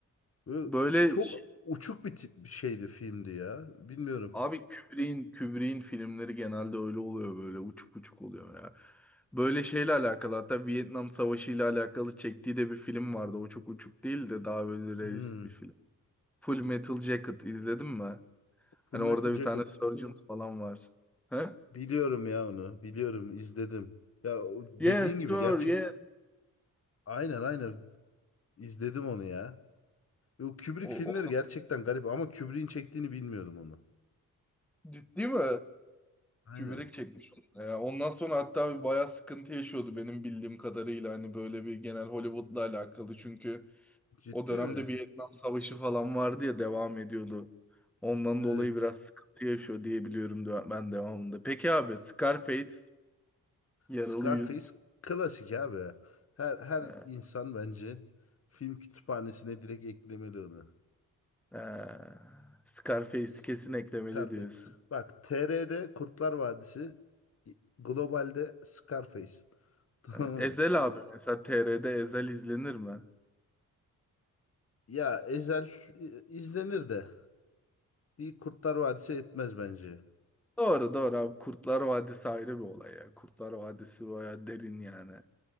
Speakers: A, on the left; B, in the centre.
A: Böyle
B: Böyle
A: çok
B: şey-
A: uçuk bir, tip- bir şeydi filmdi ya. Bilmiyorum.
B: abi Kubrick'in Kubrick'in filmleri genelde öyle oluyor böyle uçuk uçuk oluyor ya. Böyle şeyle alakalı hatta Vietnam Savaşı ile alakalı çektiği de bir film vardı. O çok uçuk değil de daha böyle
A: Hmm.
B: realist bir film. Full Metal Jacket izledin mi?
A: Full
B: Hani
A: Metal
B: orada
A: Jacket.
B: bir tane Sergeant falan var. He?
A: Biliyorum ya onu. Biliyorum izledim. Ya o dediğin
B: Yes
A: gibi
B: sir,
A: gerçek.
B: yes.
A: Aynen aynen. izledim onu ya. Yo, Kubrick
B: O,
A: filmleri
B: o da
A: gerçekten garip ama Kubrick'in çektiğini bilmiyordum onu.
B: ciddi mi?
A: Aynen.
B: Kübrik çekmiş. onu. Ya ondan sonra hatta bir bayağı sıkıntı yaşıyordu benim bildiğim kadarıyla. Hani böyle bir genel Hollywood'la alakalı. Çünkü
A: Ciddi
B: o dönemde
A: mi?
B: Vietnam Savaşı falan vardı ya devam ediyordu. Ondan
A: Evet.
B: dolayı biraz sıkıntı yaşıyor diye biliyorum de- ben devamında. Peki abi Scarface, Yaralı
A: Scarface
B: Yüz.
A: klasik abi. Her her
B: He,
A: insan bence film kütüphanesine direkt eklemeli onu.
B: he. Scarface'i
A: S-
B: kesin eklemeli
A: Scarface.
B: diyorsun.
A: Bak TR'de Kurtlar Vadisi, globalde Scarface. <laughs> Tamam
B: He.
A: mı?
B: Ezel abi mesela TR'de Ezel izlenir mi?
A: Ya Ezel i- izlenir de bir Kurtlar Vadisi etmez bence.
B: Doğru doğru abi. Kurtlar Vadisi ayrı bir olay ya. Kurtlar Vadisi bayağı derin yani.